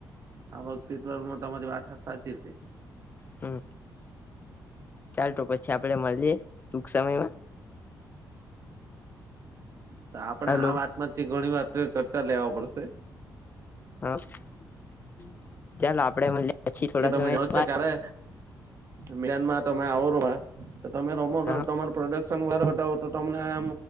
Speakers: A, on the right; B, on the left.
A: આ વક્તીવમાં તમારી વાત સાચી છે.
B: હમ્મ. ચાલ તો પછી આપડે મળીએ ટૂક સમયમાં.
A: તો આપણેે
B: હલો
A: આમ વાતમાંથી ઘણી વાર ચર્ચા લેવા પડશે.
B: હા <inaudible> ચાલો આપડે મળીએ. પછી થોડા
A: કે તમે
B: સમય
A: જાણો
B: બાદ
A: છો ક્યારે મ્યાનમાર તમે આવો રોમા તો તમે
B: હા
A: તમારો પ્રોડક્ટસ નવાર બતાવો તો તમને આમ